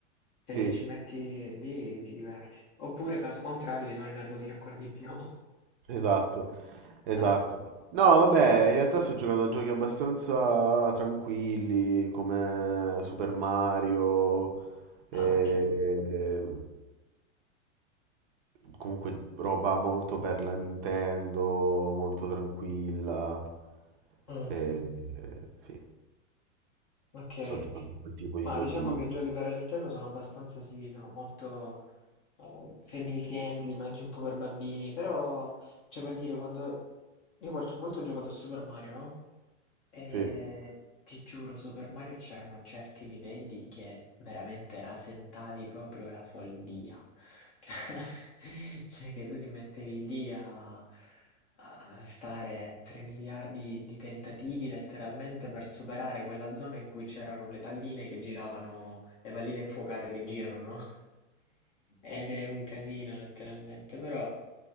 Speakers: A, on the left (about 20°); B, on the right (about 45°).
A: se
B: Sì.
A: ci metti lì ti diverti. Oppure, caso contrario, ti fanno innervosire ancora di più. <laughs>
B: Esatto, esatto.
A: Eh.
B: No, vabbè, in realtà sto giocando a giochi abbastanza tranquilli come Super Mario, e-
A: Ah, ok.
B: e- comunque roba molto per la Nintendo, molto tranquilla.
A: Mm,
B: E, e- sì,
A: ok.
B: sto giocando a quel tipo di
A: Ma
B: giochi
A: diciamo
B: lì.
A: che i giochi per la Nintendo sono abbastanza, sì, sono molto eh, family friendly, ma anche un po' per bambini, però... Cioè per dire quando io qualche volta ho giocato a Super Mario, no, ehm,
B: Sì.
A: ti giuro Super Mario c'erano certi livelli che veramente rasentavi proprio la follia. Cioè <laughs> cioè che tu ti mettevi lì a a stare 3 miliardi di tentativi letteralmente per superare quella zona in cui c'erano le palline che giravano le palline infuocate che girano, no, <laughs> ed è un casino letteralmente, però